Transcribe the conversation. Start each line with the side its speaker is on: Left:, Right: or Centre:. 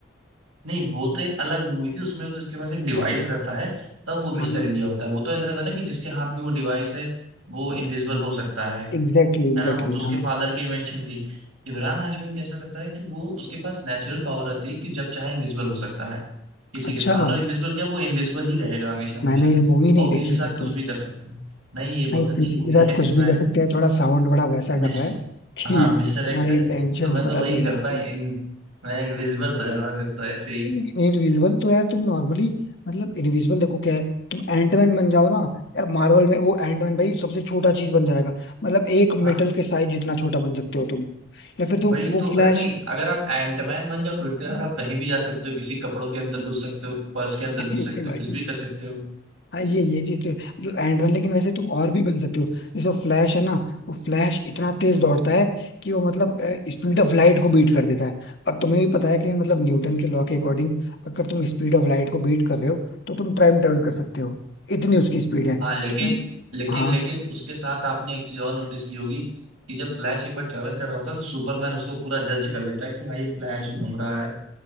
Right: नहीं वो तो एक अलग मूवी थी उसमें तो उसके पास एक डिवाइस रहता है तब वो मिस्टर
Left: हाँ
Right: इंडिया होता है वो तो ऐसा रहता है ना कि जिसके हाथ में वो डिवाइस है वो इनविजिबल हो सकता है
Left: एग्जैक्टली एग्जैक्टली
Right: है ना वो तो उसके
Left: हाँ
Right: फादर की इन्वेंशन थी इमरान हाशमी में कैसा रहता है कि वो उसके पास नेचुरल पावर रहती है कि जब चाहे इनविजिबल हो सकता है किसी
Left: अच्छा
Right: के सामने मतलब इनविजिबल क्या वो इनविजिबल ही रहेगा हमेशा हमेशा
Left: मैंने ये
Right: और
Left: मूवी नहीं
Right: वो
Left: देखी
Right: किसी के
Left: है
Right: साथ
Left: फिर
Right: कुछ
Left: तो
Right: भी कर सकता है नहीं ये बहुत
Left: भाई
Right: अच्छी
Left: किसी
Right: मूवी
Left: के साथ
Right: है एक्स
Left: कुछ
Right: मैन
Left: भी कर सकते हैं थोड़ा साउंड बड़ा वैसा
Right: मिस्टर
Left: कर रहा है कि
Right: हाँ मिस्टर
Left: तुम्हारे
Right: एक्स है
Left: इंटेंशंस
Right: तो मैं तो
Left: पता
Right: वही
Left: चल रहा
Right: करता
Left: है इससे
Right: है इन मैं इनविजिबल हो जाता फिर तो ऐसे ही
Left: इनविजिबल तो यार तुम नॉर्मली मतलब इनविजिबल देखो क्या है तुम एंटमैन बन जाओ ना यार मार्वल में वो एंटमैन भाई सबसे छोटा चीज बन जाएगा मतलब एक
Right: हाँ
Left: मेटल के साइज जितना छोटा बन सकते हो तुम या फिर तुम
Right: वही
Left: वो
Right: तो अगर
Left: फ्लैश
Right: नहीं अगर आप एंटमैन बन जाओ फिर तो यार आप कहीं भी जा सकते हो किसी कपड़ों के अंदर घुस सकते हो पर्स के अंदर
Left: नहीं
Right: घुस
Left: नहीं
Right: सकते
Left: भाई
Right: हो कुछ भी कर सकते हो
Left: हाँ ये ये चीज तो है। मतलब एंड वन लेकिन वैसे तुम और भी बन सकते हो जैसे फ्लैश है ना वो फ्लैश इतना तेज दौड़ता है कि वो मतलब स्पीड ऑफ लाइट को बीट कर देता है और तुम्हें भी पता है कि मतलब न्यूटन के लॉ के अकॉर्डिंग अगर तुम स्पीड ऑफ लाइट को बीट कर रहे हो तो तुम टाइम ट्रेवल कर सकते हो इतनी उसकी स्पीड है तो
Right: हाँ लेकिन
Left: तुम
Right: लेकिन
Left: हाँ
Right: लेकिन उसके साथ आपने एक चीज और नोटिस की होगी कि जब फ्लैश एक बार ट्रेवल कर रहा होता है तो सुपरमैन उसको पूरा जज कर लेता है कि हाँ ये फ्लैश घूम रहा है